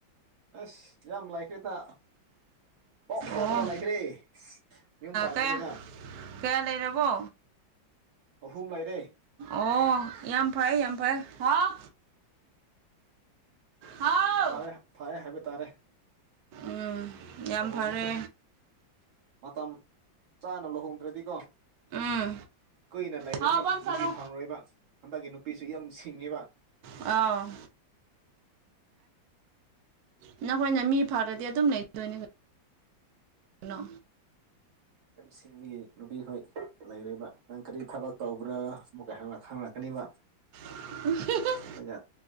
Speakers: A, on the right; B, on the right.
A: ꯑꯁ ꯌꯥꯝ ꯂꯩꯈ꯭ꯔꯦꯇꯥ ꯄꯣꯛ ꯄꯣꯔꯒ
B: ꯑꯣ
A: ꯂꯩꯈ꯭ꯔꯦ ꯌꯨꯝ ꯄꯥꯟꯕꯅꯤꯅ
B: ꯀꯌꯥ ꯀꯌꯥ ꯂꯩꯔꯕꯣ
A: ꯑꯍꯨꯝ ꯂꯩꯔꯦ
B: ꯑꯣ ꯌꯥꯝ ꯐꯩ ꯌꯥꯝ ꯐꯩ <unintelligible> ꯍꯥꯎ
A: ꯐꯋꯦ ꯐꯌꯦ ꯍꯥꯏꯕ ꯇꯥꯔꯦ
B: ꯎꯝ ꯌꯥꯝ
A: ꯂꯨꯍꯣꯡꯕꯁꯨ
B: ꯐꯔꯦ
A: ꯃꯇꯝ ꯆꯥꯅ ꯂꯨꯍꯣꯡꯗ꯭ꯔꯗꯤꯀꯣ
B: ꯎꯝ
A: ꯀꯨꯏꯅ ꯂꯩꯔꯗꯤ
B: ꯍꯥꯎ ꯕꯟ ꯁꯥꯔꯣ
A: ꯅꯨꯄꯤ ꯐꯪꯔꯣꯏꯕ ꯍꯟꯗꯛꯀꯤ ꯅꯨꯄꯤꯁꯤ ꯌꯥꯝ ꯁꯤꯡꯉꯤꯕ
B: ꯑꯥꯎ ꯅꯈꯣꯏꯅ ꯃꯤ ꯐꯥꯔꯗꯤ ꯑꯗꯨꯝ ꯂꯩꯗꯣꯏꯅꯤ <unintelligible> ꯅꯣ
A: ꯌꯥꯝ ꯁꯤꯡꯕꯒꯤ ꯅꯨꯄꯤ ꯈꯣꯏ ꯂꯩꯔꯕ ꯅꯪ ꯀꯔꯤ ꯊꯕꯛ ꯇꯧꯕ꯭ꯔꯥ ꯑꯃꯨꯛ ꯍꯪꯔꯛꯀꯅꯤꯕ
B: <unintelligible>
A: ꯑꯗꯨꯒ